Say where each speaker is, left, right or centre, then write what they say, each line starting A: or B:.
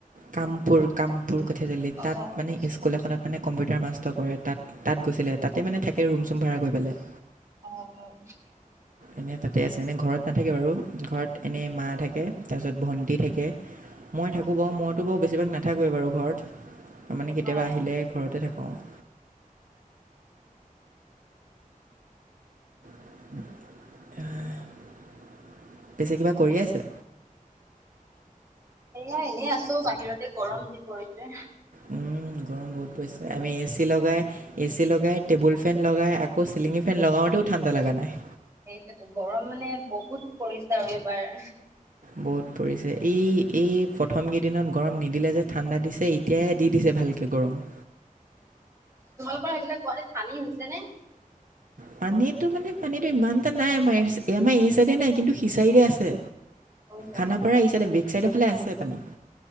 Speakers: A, on the right (about 65°); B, on the right (about 20°).
A: কামপুৰ কামপুৰ কঠিয়া তলিত,
B: অ',
A: তাত মানে স্কুল এখনত মানে কম্পিউটাৰ মাষ্ট কৰে তাত তাত গৈছিলে তাতে মানে থাকে ৰুম-চুম ভাড়া কৰি পেলাই।
B: অ'।
A: এনেই তাতে আছে, এনে ঘৰত নাথাকে বাৰু। ঘৰত এনে মা থাকে তাৰপিছত ভণ্টি থাকে। মই
B: অ',
A: থাকো বাৰু মইতো বাৰু বেছিভাগ নাথাকোৱে বাৰু ঘৰত মানে কেতিয়াবা
B: অ',
A: আহিলে ঘৰতে থাকো। কওঁ। <unintelligible> পিছে কিবা কৰি আছে?
B: মই এনেই আছো বাহিৰতে, গৰম যি পৰিছে!
A: উম গৰম বহুত পৰিছে। আমি এ চি লগাই, এ চি লগাই, টেবুল ফেন লগাই আকৌ চিলিঙি ফেন লগাওঁতেও ঠাণ্ডা লগা নাই।
B: সেইটোতো গৰম মানে বহুত পৰিছে আৰু এইবাৰ।
A: বহুত পৰিছে। এই, এই, প্ৰথম কেইদিনত গৰম নিদিলে যে ঠাণ্ডা দিছে, এত তিয়াহে দি দিছে ভালকৈ গৰম।
B: তোমালোকৰ সেইফালে গুৱাহাটীত পানী হৈছে নে?
A: পানীটো মানে, পানীটো ইমান এটা নাই আমাৰ এই চাই, আমাৰ এই চাইডে নাই, কিন্তু সিচাইডে আছে।
B: হৈছে
A: খানাপাৰা
B: ন?
A: এই চাইডে বেক চাইডৰ ফালে আছে পানী